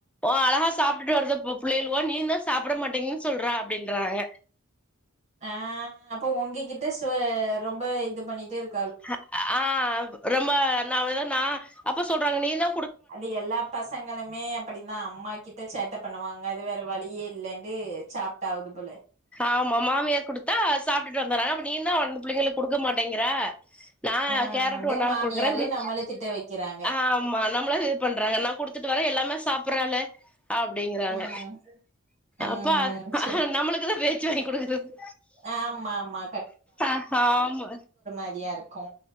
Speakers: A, in the centre; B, on the right (about 35°).
A: ஓ அழகா சாப்ட்டுட்டு வருது இப்ப புள்ளை துவோ நீன்தா சாப்ட மாட்டீங்கிது சொல்ற அப்டின்றாங்க
B: ஆ அப்போ உங்ககிட்ட சொ ரொம்ப இது பண்ணிட்டே இருக்
A: ஹ ஆ ரொம்ப நா வேற நா அப்பா சொல்றாங்க நீதா
B: அது எல்லா பசங்களுமே அப்டிதா அம்மா கிட்ட சேட்ட பண்ணுவாங்க அது வேற வழியே இல்லண்டு சாப்டாவுது போல
A: ஆமா மாமியார் குடுத்தா சாப்ட்டுட்டு வந்துறாங்க அப்ப நீதா வந்து புள்ளைங்களுக் குடுக்க மாட்டேங்கிற நா
B: ஆ
A: கேரட்டு
B: அப்டியே
A: ஒரு நாளு
B: மாமியாரு
A: குடுக்குறே பின்ஸ்
B: நம்மள திட்ட வைக்கிறாங்க
A: ஆமா நம்மள இது பண்றாங்க நா குடுத்துட்டு வரே எல்லாமே சாப்ட்ரானே அப்டிங்குறாங்க
B: ம் ம்
A: அப்ப அ
B: சேரி
A: நம்மளுக் பேச்சு வாங்கி குடுக்குறது
B: ஆமா ஆமா
A: அ ஆமா
B: சரியா இருக்கு